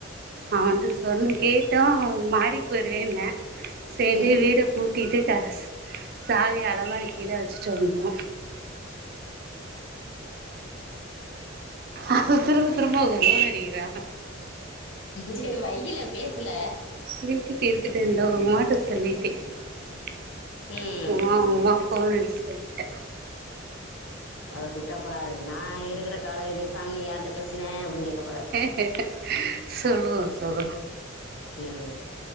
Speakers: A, on the right; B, on the left.
A: அவன்ட்ட சொன் கே விட்டோ அவன் மாடிக்கு போய்ருவேன்ன சேர்ந்தே
B: ம்
A: வீட பூட்டிட்டு கக்ஸ் சாவிய அலமாரிக் கீழ வச்சுட்டு வந்தோ அது திரும்ப திரும்ப போர் அடிக்கிதா
B: செரி வையில பேசுல
A: இருக்கட்டு இருக்கட்டு இந்த ஓ மாட்ட சொல்லிட்டே <unintelligible>
B: ம்
A: ஃபோன் அடிச்சி சொல்லிட்டே
B: அவர் திட்ட போறாரு நா இருக்கிற காலைய பேசாம நீ யார்ட்ட பேசினே அப்டினு கேக்க போறாரு
A: கேக்கே சொல்லுவோ சொல்லுவோ
B: ம்